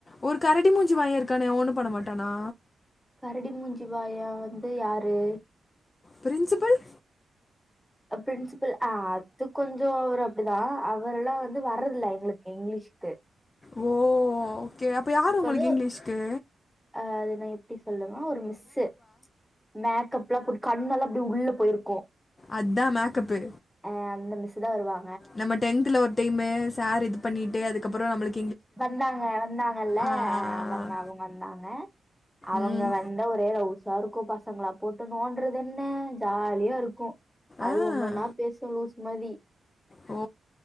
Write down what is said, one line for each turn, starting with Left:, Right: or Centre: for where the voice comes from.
Left: ஒரு கரடி மூஞ்சி வாய இருக்கானே ஒண்ணு பண்ண மாட்டானா
Centre: கரடி மூஞ்சி வாயா வந்து யாரு
Left: பிரின்சிபல்
Centre: அ பிரின்சிபல் ஆ அத்துப் கொஞ்சோ அவர் அப்டிதா அவரெல்லா வந்து வர்றதில்ல எங்களுக் க்கு இங்கிலீஷ்கு
Left: ஓ ஓகே அப்ப யாரு உங்களுக்கு
Centre: வந்து
Left: இங்கிலீஷ்கு
Centre: அ அது நா எப்டிஸ் சொல்லுவா ஒரு மிஸ்ஸு மேக் மேக்கப்புலா போட்டு கண்ணல்லா அப்டியே உள்ள போயிருக்கு
Left: அதா மேக்கப்பு
Centre: அ அந்த மிஸ்ஸுதா வருவா
Left: நம்ம டென்த்துல ஒரு டைமு சார் இதுப் பண்ணிட்டு அதுக்கப்புறோ நம்பளுக்
Centre: வந்தாங்க வந்தாங்கல்ல
Left: ஆ
Centre: அவங்க அவங்க வந்தாங்க அவங்க
Left: ம்
Centre: வந்த ஒரே ரவுஸ் சாருக்கு பசங்களா போட் ட்டு நோன்றது என்ன ஜால் லியா இருக்கு அது
Left: ஆ
Centre: ஒன்னொன்னா பேசு லூஸ் மாரி
Left: ஓ